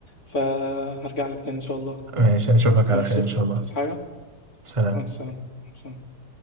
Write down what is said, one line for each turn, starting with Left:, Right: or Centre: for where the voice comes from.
Left: فهرجع لك تاني إن شاء الله
Right: ماشي اشوفك على
Left: ماشي
Right: خير ان شاء الله
Left: تصحى حاجة
Right: سلام
Left: مع السلامة سلام.